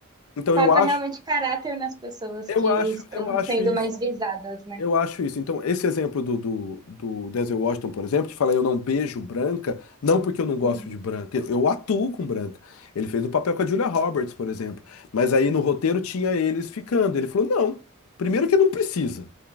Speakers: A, on the left; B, on the right.
A: então
B: Falta
A: eu acho,
B: realmente caráter nas pessoas
A: eu
B: que
A: acho,
B: estão
A: eu acho
B: sendo
A: isso.
B: mais visadas, né?
A: Eu acho isso. Então, esse exemplo do, do, do Denzel Washington, por exemplo, de falar eu não beijo branca, não porque eu não gosto
B: Uhum.
A: de branca, eu, eu atuo com branca. Ele fez o papel com a Julia Roberts, por exemplo. Mas aí no roteiro tinha eles ficando. Ele falou: não, primeiro que não precisa.